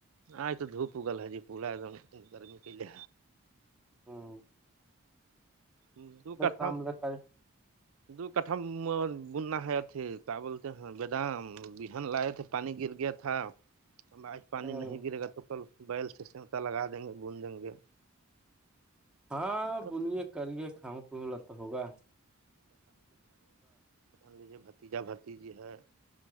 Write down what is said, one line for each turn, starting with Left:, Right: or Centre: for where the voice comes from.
Right: آج تو دھپ اگل ہے جی پورا ایکم گرمی پلے
Centre: ہاں
Right: ہ دو کھا
Centre: شام
Right: <unintelligible>
Centre: لے
Right: دو کٹم بننا ہے اتھی کیا بولتے ہیں بیدامہن لائے تھ پانی گر گیا تھا ہمب آج پانی
Centre: ہ
Right: نہیں گرے گا تو کل بیل سے سمتا لگا دیں گے بند دیں گے
Centre: ہاں
Right: اب
Centre: بلیے کریے کاؤں پیوں ل تو ہوگا
Right: ان لیجیے بھتیجا بھتیجی ہے